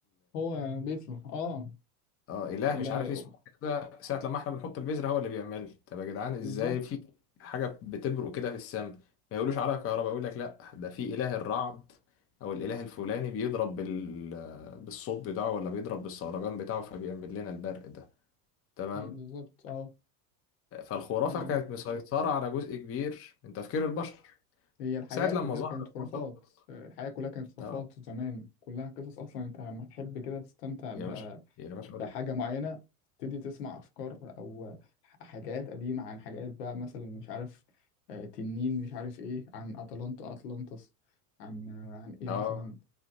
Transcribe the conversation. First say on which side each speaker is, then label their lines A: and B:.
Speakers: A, on the left; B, on the left.
A: هو بيته اه
B: اه اله
A: إله
B: مش عارف اسمه كده ساعه لما احنا بنحط البذره هو اللي بيعمل طب يا جدعان ازاي
A: بالظبط
B: في حاجه بتبرق كده في السماء ما يقولوش عليها كهرباء يقول لك لا ده في اله الرعد او الاله الفلاني بيضرب بال... بالصوت بتاعه ولا بيضرب بالصولجان بتاعه فبيعمل لنا البرق ده تمام
A: مم، بالظبط اه
B: فالخرافه
A: آه.
B: كانت مسيطره على جزء كبير من تفكير البشر
A: هي الحياة
B: ساعه
A: كلها
B: لما ظهر
A: كانت خرافات
B: المنطق
A: آه، الحياة كلها كانت خرافات
B: اه
A: زمان كلها قصص أصلا أنت لما تحب كده تستمتع
B: يا باشا يا باشا قول-
A: بحاجة معينة تبتدي تسمع أفكار أو حكايات قديمة عن حاجات بقى مثلا مش عارف آه، تنين مش عارف إيه عن أتلانتا أتلانتس عن آه، عن إيه
B: اه
A: مثلا